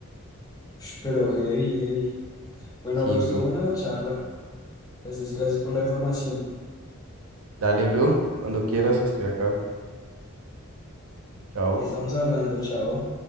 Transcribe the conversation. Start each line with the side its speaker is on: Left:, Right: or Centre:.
Left: Ush, Pero heavy, heavy. Bueno,
Right: Sí,
Left: bro,
Right: bro.
Left: estuvo buena la charla. Gracias, gracias por la información.
Right: Dale, bro. Cuando quieras, estoy acá. Chao.
Left: Estamos hablando, chao.